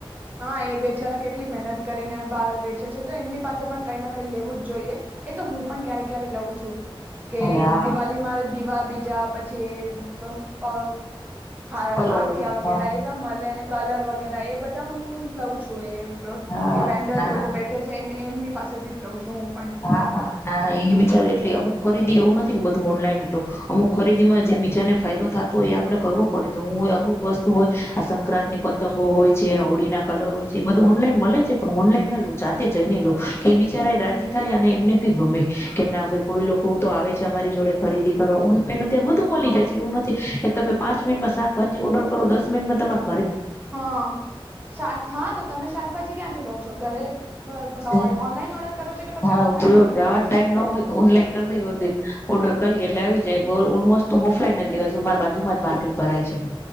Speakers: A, on the right; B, on the left.
A: હા એ બેચારા કેટલી મહેનત કરીને બહાર વેચે છે. તો તો એમની પાસે પણ કંઈ ના કંઈ લેવું જ જોઈએ. એ તો હુ પણ ક્યારે ક્યારે લઉ છું કે
B: હા
A: દિવાલી માં દીવ વા બીજા પછી વ અ હા
B: કલર
A: હાખિયા
B: હોય
A: વગેરે એ ઝા મલેને કલર વગેરા એ બધ તાં હું લઉ છું એ
B: હા
A: એ વેન્ડર્સ
B: નાના
A: લોકો બેઠે છે એને એમની પાસેથી જ લઉં છું હું. પણ
B: હા, હા, ના, ના એ બિચારે એટલી અમ અમુક ખરીદી, એવું નથી કે બધું ઓનલાઈન લઉ. અમુક ખરીદી માં જે બીજાને ફાયદો થાતો હોય, એ આપડે કરવો પડે તો હું અમુક વસ્તુ હોય આ સંક્રાંતની પતંગો હોય છે આ હોળી ના કલર હોય છે એ બધું ઓનલાઈન મલે છે પણ ઓનલાઈન ન લઉ, જાતે જઈને લઉ કે ઈ બિચારા એ રાજી થાય અને એમને ભી ગમે કે ના ભાઈ, કોઈ લોકો તો આવે છે અમારી જોડે ખરીદી કરવા અત્યારે બધું મલી
A: હા
B: જાય છે, એવું નથી કે તમે પાંચ મિનિટમાં સાકભાજી ઓડર કરો દસ પાંચ મિનિટમાં તમારા
A: હા, સા, હા, તો તમે શાકભાજી ક્યાંથી લો છો? ઘરે મતલબ
B: હે,
A: ઓનલાઈન ઓર્ડર કરો છો કે પછી
B: હા,
A: ઓફલાઈન
B: જો
A: જઈને
B: જાવાન
A: લો
B: ટાઈમ
A: છો
B: નો હોય તો ઓનલાઈન કરી દેે ઓડિર ઓડખ કરી, એટલે આવી જાય. બોલ, ઓલમોસ્ટ તો ઓફલાઈન જ લેવા જાવ, મારા બાજુમાં જ માર્કેટ ભરાય છે.